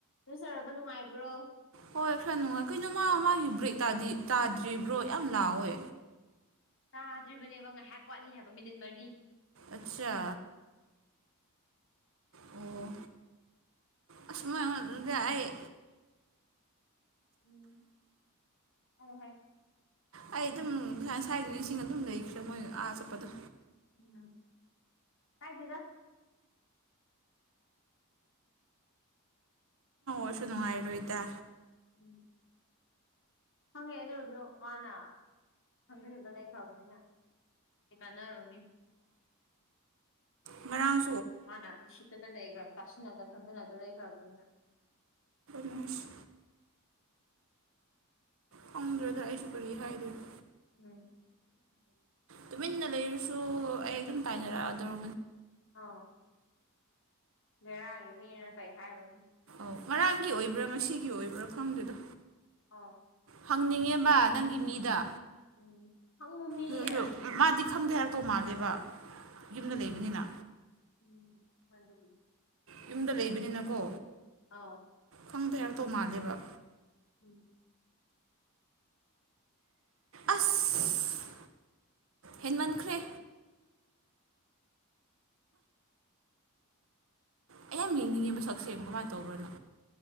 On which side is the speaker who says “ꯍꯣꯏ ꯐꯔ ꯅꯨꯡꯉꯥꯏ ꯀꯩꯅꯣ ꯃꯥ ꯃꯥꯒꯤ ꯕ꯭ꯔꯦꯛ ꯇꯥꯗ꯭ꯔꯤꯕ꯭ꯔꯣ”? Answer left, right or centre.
Right